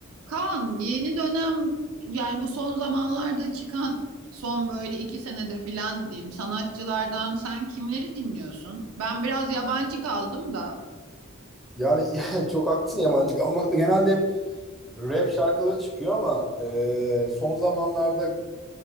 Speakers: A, on the right; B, in the centre.
A: Kaan yeni dönem yani bu son zamanlarda çıkan son böyle iki senede filan diyeyim sanatçılardan sen kimleri dinliyorsun? Ben biraz yabancı kaldım da
B: Yani <laughs> çok haklısın yabancı kalmakta genelde hep rap şarkıları çıkıyor ama e, son zamanlarda